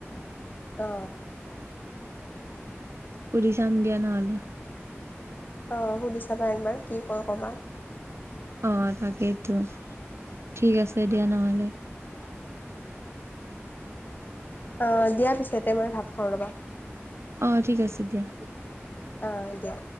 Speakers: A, on the left (about 40°); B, on the right (about 70°).
A: অ।
B: সুধি চাম দিয়া নহ'লে।
A: অ সুধি চাবা একবাৰ কি কয় ক'বা।
B: অ তাকেইতো, ঠিক আছে দিয়া নহ'লে।
A: অ দিয়া পিছে <unintelligible> মই ভাত খাওঁ ৰ'বা।
B: অ ঠিক আছে দিয়া।
A: অ', দিয়া।